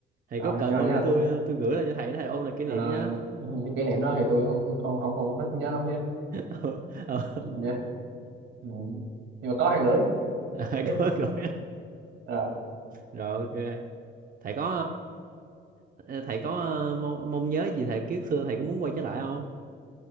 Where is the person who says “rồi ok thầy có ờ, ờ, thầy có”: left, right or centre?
Right